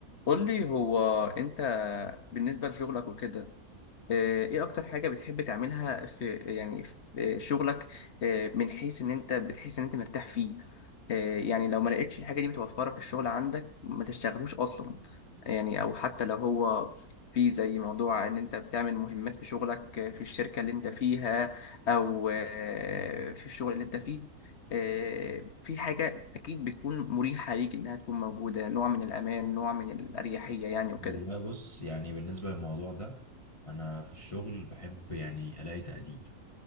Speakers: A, on the left; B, on the left.
A: قول لي هو انت بالنسبة لشغلك وكده آه، ايه اكتر حاجة بتحب تعملها في يعني في آه، شغلك آه، من حيث ان انت بتحس ان انت مرتاح فيه آه، يعني لو ما لقيتش الحاجة دي متوفرة في الشغل عندك ما تشتغلوش اصلا يعني او حتى لو هو في زي موضوع ان انت بتعمل مهمات في شغلك آه، في الشركة اللي انت فيها او آه، في الشغل اللي انت فيه آه، في حاجة اكيد بتكون مريحة ليك انها تكون موجودة نوع من الامان نوع من الاريحية يعني وكده
B: والله بص يعني بالنسبة للموضوع ده أنا في الشغل بحب يعني ألاقي تقدير